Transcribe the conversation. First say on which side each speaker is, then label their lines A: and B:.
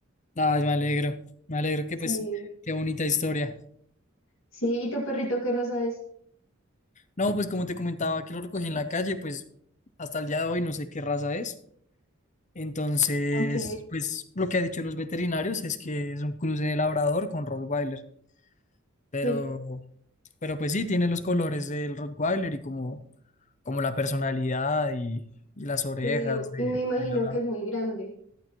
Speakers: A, on the left; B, on the left.
A: Ay, me alegro. Me alegro que
B: Sí,
A: pues, qué bonita historia.
B: sí, ¿y tu perrito qué raza es?
A: No, pues como te comentaba que lo recogí en la calle, pues hasta el día de hoy no sé qué raza es. Entonces,
B: Ok,
A: pues lo que han dicho los veterinarios es que es un cruce de labrador con Rottweiler, pero,
B: sí.
A: pero pues sí, tiene los colores del Rottweiler y como, como la personalidad y, y las orejas
B: Sí, o-
A: de-
B: y me imagino
A: del labrador.
B: que es muy grande.